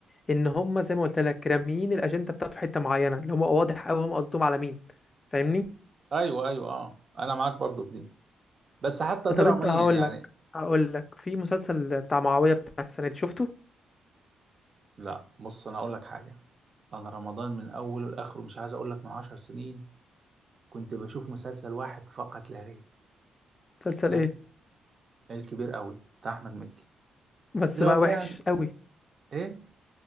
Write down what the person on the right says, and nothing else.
أيوه أيوه أه أنا معاك برضو في دي بس حتى دراميا
يعني
لا بص أنا أقول لك حاجة أنا رمضان من أوله لآخره مش عايز أقول لك من عشر سنين كنت بشوف مسلسل واحد فقط لا غير
تمام
الكبير قوي بتاع أحمد مكي
اللي
هو فاهم
إيه